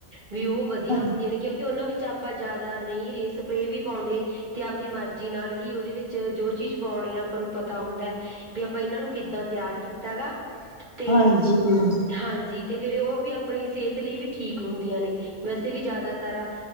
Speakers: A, on the right (about 40°); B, on the left (about 30°).
A: ਵੀ ਓ ਵਦੀਆ
B: ਹਾਂਜੀ,
A: ਹੁੰਦੀਆਂ ਨੇ ਕਿਉਂਕਿ ਓਨਾਂ ਵਿੱਚ ਆਪਾਂ ਜੈਦਾ ਨਈ ਰੇਅ ਸਪਰੇਅ ਵੀ ਪਾਉਂਦੇ। ਤੇ ਆਪਦੀ ਮਰਜ਼ੀ ਨਾਲ ਹੀ ਓਦੇ ਵਿੱਚ ਜੋ ਚੀਜ਼ ਪਾਉਣੀ ਆ ਆਪਾਂ ਨੂੰ ਪਤਾ ਹੁੰਦਾ ਐ ਵੀ ਆਪਾਂ ਇਨਾਂ ਨੂੰ ਕਿੱਦਾਂ ਤਿਆਰ ਕੀਤਾ ਗਾ ਤੇ
B: ਹਾਂਜੀ। ਹਾਂਜੀ,
A: ਹਾਂਜੀ ਤੇ ਫੇਰ ਓ ਵੀ ਆਪਣੀ ਸ੍ਹੇਤ ਲਈ ਵੀ ਠੀਕ ਹੁੰਦੀਆਂ ਨੇ ਵੈਸੇ ਵੀ ਜੈਦਾਤਰ